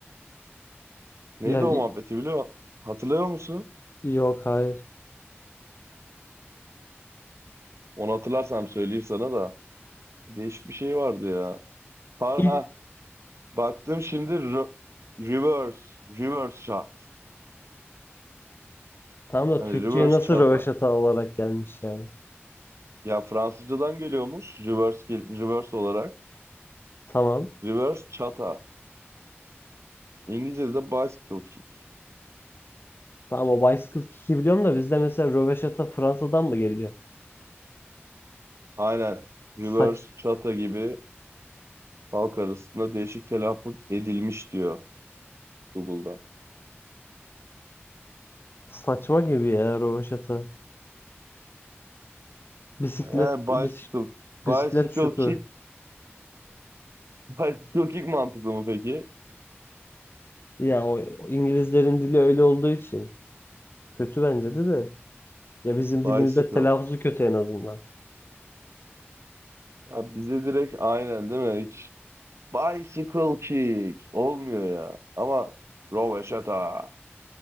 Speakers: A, on the right; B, on the left.
A: Neydi
B: Yani
A: o muhabbeti
B: i-
A: biliyor Hatırlıyor musun?
B: yok hayır.
A: Onu hatırlarsam söyleyeyim sana da. Değişik bir şey vardı ya. Har
B: İlk
A: ha baktım şimdi Ro- reverse, reverse shot.
B: tamam da
A: Hani
B: Türkçe'ye
A: reverse
B: nasıl
A: shot
B: rövaşata olarak gelmiş yani.
A: Ya Fransızcadan geliyormuş reverse, kick- reverse olarak.
B: Tamam.
A: Reverse chata. İngilizce'de bicycle kick.
B: Tamam o bicycle kick'i biliyorum da bizde mesela rövaşata Fransa'dan mı geliyor?
A: Aynen. Reverse
B: Saç,
A: chata gibi halk arasında değişik telaffuz edilmiş diyor Google'da.
B: saçma gibi ya rövaşata. Bisiklet,
A: Yani bicycle,
B: bis-
A: bicycle
B: bisiklet şutu.
A: kick, <laughs> bicycle kick mantıklı mı peki?
B: Ya o o İngilizlerin dili öyle olduğu için kötü bence de de. Ya bizim
A: Bicycle.
B: dilimizde telaffuzu kötü en azından.
A: Ya bize direkt aynen değil mi? Hiç bicycle kick olmuyor ya. Ama Roveşata